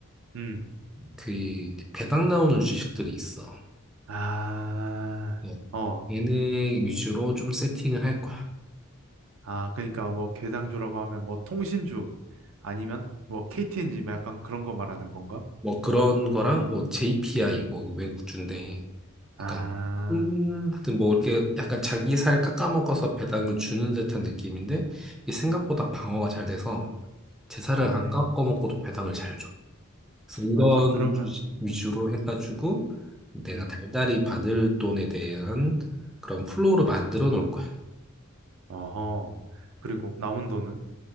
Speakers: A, on the right; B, in the centre.
A: 음,
B: 그 배당 나오는 주식들이 있어.
A: 아,
B: 뭐
A: 어,
B: 얘네 위주로 좀 세팅을 할 거야.
A: 아, 그러니까 뭐 괴당주라고 하면 뭐 통신주 아니면 뭐 KTNG 약간 그런 거 말하는 건가?
B: 뭐 그런 거랑 뭐 JPI 뭐 외국주인데
A: 아,
B: 약간 음, 하여튼 뭐 이렇게 약간 자기 살 깎아먹어서 배당을 주는 듯한 느낌인데 이게 생각보다 방어가 잘 돼서 제 살을
A: 음,
B: 안 깎아먹고도 배당을 잘 줘. 그래서 이런
A: 맞지. 그러면,
B: 위주로
A: 음,
B: 해가지고 내가
A: 음.
B: 달달이 받을 돈에 대한 그런 플로우를 만들어 놓을 거야.
A: 아하. 그리고 남은 돈은?